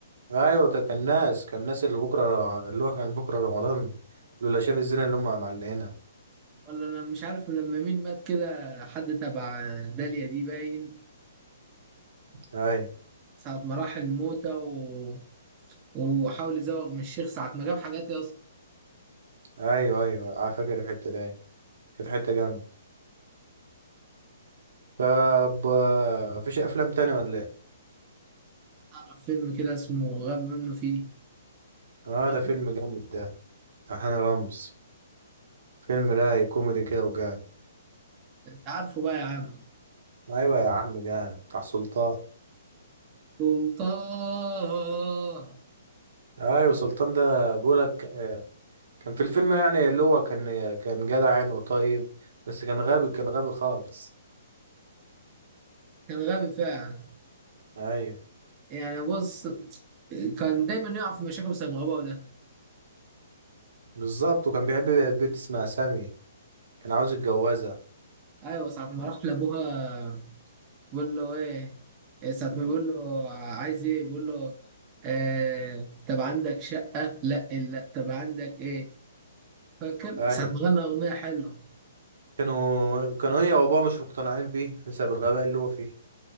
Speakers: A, on the right; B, on the right.
A: ايوه ده كان ناس كان ناس اللي بكرة اللي هو كان بكرة رمضان لولا شاف الزنا اللي هم معلقينها
B: ولا انا مش عارف لما مين مات كده حد تبع داليا دي باين
A: ايوه
B: ساعة ما راح الموتة و... وحاول يزوغ من الشيخ ساعة ما جاب حاجات يا اسطى
A: ايوه ايوه انا فاكر الحته دي أيوة. كانت حته جامده طب آه، مفيش افلام تانية ولا ايه
B: تعرف فيلم كده اسمه غاب منه فيه
A: اه
B: عارفه
A: ده فيلم جامد ده بتاع هاني رمزي فيلم رايق كوميدي كده وجامد
B: انت عارفه بقى يا عم
A: ايوه يا عم جامد بتاع سلطان
B: سلطان
A: ايوه سلطان ده بقولك آه، كان في الفيلم يعني اللي هو كان كان جدع يعني وطيب بس كان غبي كان غبي خالص
B: كان غبي فعلا
A: ايوه
B: يعني بص كان دايما يقع في مشاكل بسبب غباءه ده
A: بالظبط وكان بيحب بنت اسمها سامي كان عاوز يتجوزها
B: ايوه ساعة ما راح لابوها بيقول له ايه إيه ساعة ما بيقول له عايز ايه بيقول له آه طب عندك شقة لا لا طب عندك ايه فاكر
A: ايوه
B: ساعة ما غنى أغنية حلوة
A: كانوا كانوا هي وابوها مش مقتنعين بيه بسبب الغباء اللي هو فيه